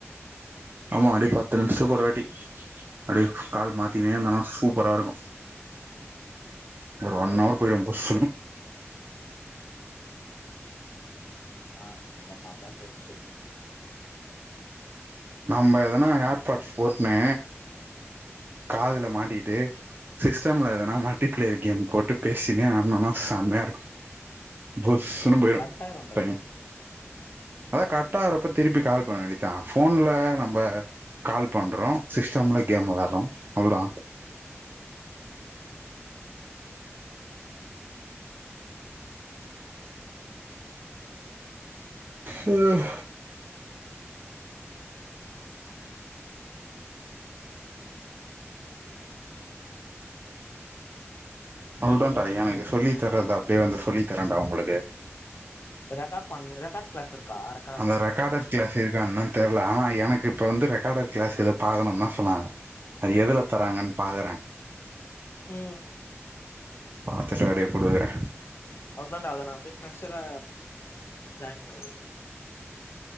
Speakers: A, on the right; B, on the left.
A: ஆமா அடே பத்து நிம்ஸ்த்துக் ஒரு வாட்டி அப்டி கால் மாத்திகினே இர்ந்தனா சூப்பரா இருக்கு ஒரு ஒன் ஹவர் பொய்டு புஸ்ஸுனு
B: ஆ இந்த மார்தா பேச்சு
A: நம்ப எதனா ஏர்பா்ட்ஸ் போட்னு காதுல மாட்டிக்ட்டு சிஸ்டம்ல எதுனா மல்டிபிளேயர் கேம் போட்டு பேசினே ஆட்னோனா செம்யா இருக்கு புஸ்ஸுன்னு
B: இது
A: போயிடும்
B: கட்டாயிருண்டா
A: டைம்
B: இது
A: அதான் கர்டா வரப்ப திருப்பி கால் பண்ண வேண்டித்தா ஃபோன்ல நம்ப கால் பண்றோம் சிஸ்டம்ல கேம் விளாட்றோம் அவள்தா
B: <inaudible>
A: ம் அவள்தான்டா எனக்கு சொல்லி தர்து அப்டே வந்து சொல்லி தரன்டா உங்களுக்கு
B: அ ரெக்காட் பண்ணு ரெக்காட் க்ளாஸ் இருக்கா ரெக்
A: அந்த ரெக்காடட் க்ளாஸ் இருக்கானான் தெர்ல ஆனா எனக்கு இப்ப வந்து ரெக்காடட் க்ளாஸ் இத பாக்கணு னா சொன்னாங்க அது எதுல தராங்கன் பாக்குறே
B: ம்
A: பாத்துட்டு அப்டியே குடுக்குற
B: அதான் டா அத நா அப்டியே ஃப்ரெஷ்ஷரா ஜாயின் பண்ணிகிறேன் டா